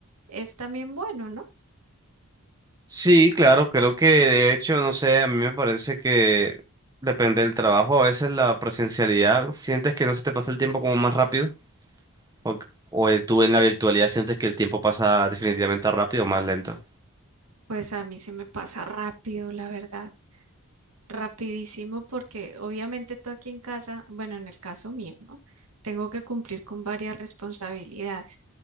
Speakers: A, on the right (about 80°); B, on the right (about 15°).
A: es también bueno, ¿no?
B: Sí, claro, creo que de hecho, no sé, a mí me parece que depende del trabajo, a veces la presencialidad, sientes que no se te pasa el tiempo como más rápido, o, o eh, tú en la virtualidad sientes que el tiempo pasa definitivamente rápido o más lento.
A: Pues a mí se me pasa rápido, la verdad, rapidísimo, porque obviamente tú aquí en casa, bueno, en el caso mío, ¿no? Tengo que cumplir con varias responsabilidades.